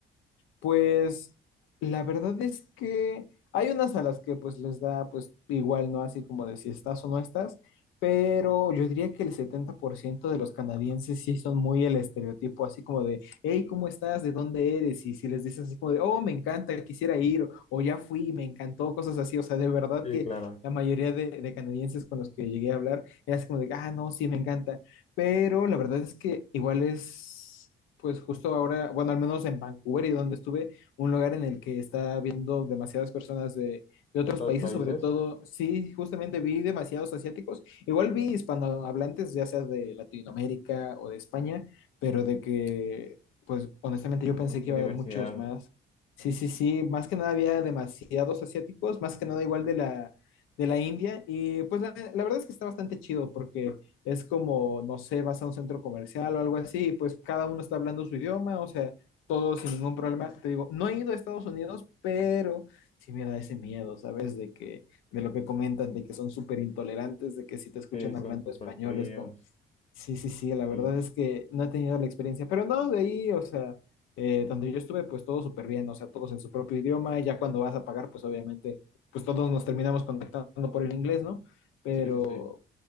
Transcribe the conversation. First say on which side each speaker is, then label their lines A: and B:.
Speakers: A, on the left; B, on the left.
A: Pues la verdad es que hay unas a las que pues les da pues igual, ¿no? Así como de si estás o no estás, pero yo diría que el 70% de los canadienses sí son muy el estereotipo, así como de, hey, ¿cómo estás? ¿De dónde eres? Y si les dices así como de, oh, me encanta, quisiera ir, o, o ya fui, me encantó, cosas así, o sea, de verdad
B: Sí,
A: que
B: claro,
A: la mayoría de, de canadienses con los que llegué a hablar era así como de, ah, no, sí, me encanta, pero la verdad es que igual es pues justo ahora, bueno, al menos en Vancouver y donde estuve, un lugar en el que está viendo demasiadas personas de, de otros
B: de todos
A: países,
B: los países.
A: sobre todo, sí, justamente vi demasiados asiáticos, igual vi hispanohablantes, ya sea de Latinoamérica o de España, pero de que, pues honestamente yo pensé
B: Mucha
A: que iba
B: diversidad.
A: a haber muchos más. Sí, sí, sí, más que nada había demasiados asiáticos, más que nada igual de la, de la India, y pues la, la verdad es que está bastante chido porque es como, no sé, vas a un centro comercial o algo así, y pues cada uno está hablando su idioma, o sea, todo sin ningún problema. Te digo, no he ido a Estados Unidos, pero sí me da ese miedo, ¿sabes? De que, de lo que comentan, de que son súper intolerantes, de que si te escuchan
B: Sí, son
A: hablando
B: súper
A: español
B: fríos.
A: es como, sí, sí, sí, la verdad
B: Sí,
A: es que no he tenido la experiencia, pero no, de ahí, o sea, eh, donde yo estuve, pues todo súper bien, o sea, todos en su propio idioma, y ya cuando vas a pagar, pues obviamente, pues todos nos terminamos contactando por el inglés, ¿no? Pero,
B: sí, sí, sí.